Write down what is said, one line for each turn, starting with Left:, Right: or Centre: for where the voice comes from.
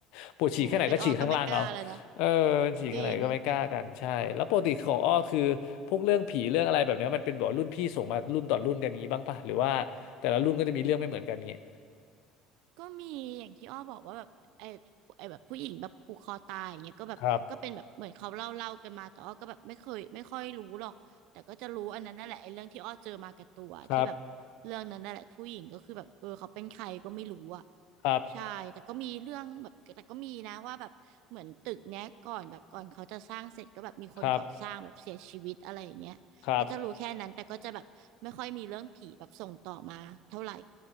Left: <laughs> ปวดฉี่แค่ไหนก็ฉี่ข้างล่างเอา
Right: โอ้เป็นออก็ไม่กล้าแล้วนะ
Left: เออฉี่แค่ไหนก็ไม่กล้ากันใช่แล้วปกติของอ้อคือพวกเรื่องผีเรื่องอะไรแบบเนี้ยมันเป็นแบบรุ่นพี่ส่งมารุ่นต่อรุ่นกันงี้บ้างปะหรือว่าแต่ละรุ่นก็จะมีเรื่องไม่เหมือนกันงี้
Right: จริง ก็มีอย่างที่อ้อบอกว่าแบบไอ้ไอ้แบบผู้หญิงแบบผูกคอตายอย่างเงี้ยก็แบบก็เป็นแบบเหมือนเขาเล่าเล่ากันมาแต่อ้อก็แบบไม่เคยไม่ค่อยรู้หรอกแต่ก็จะรู้อันนั้นนั่นแหละไอ้เรื่องที่อ้อเจอมากับตัวที่แบบเรื่องนั้นนั่นแหละผู้หญิงก็คือแบบเออเขาเป็นใครก็ไม่รู้อ่ะ
Left: ครับครับครับ
Right: ใช่แต่ก็มีเรื่องแบบแต่ก็มีนะว่าแบบเหมือนตึกเนี้ยก่อนแบบก่อนเขาจะสร้างเสร็จก็แบบมีคนก่อสร้างแบบเสียชีวิตอะไรอย่างเงี้ยก็จะรู้แค่นั้นแต่ก็จะแบบไม่ค่อยมีเรื่องผีแบบส่งต่อมาเท่าไหร่
Left: ครับครับ